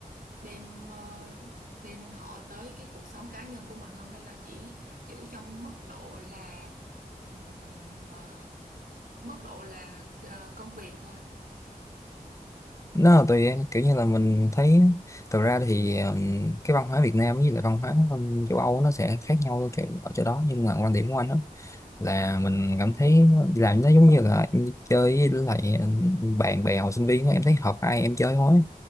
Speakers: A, on the right; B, on the left.
A: đem ờ, đem họ tới cái cuộc sống cá nhân của mình không hay là chỉ giữ trong mức độ là ừm, ờ, mức độ là ờ, công việc thôi.
B: nó là tùy em kiểu như là mình thấy thực ra thì um, cái văn hóa Việt Nam với lại văn hóa um, châu Âu nó sẽ khác nhau ở chỗ, ở chỗ đó nhưng mà quan điểm của anh đó là mình cảm thấy đi làm nó giống như là em đi chơi với lại um, bạn bè hồi sinh viên á, em thấy hợp ai em chơi thôi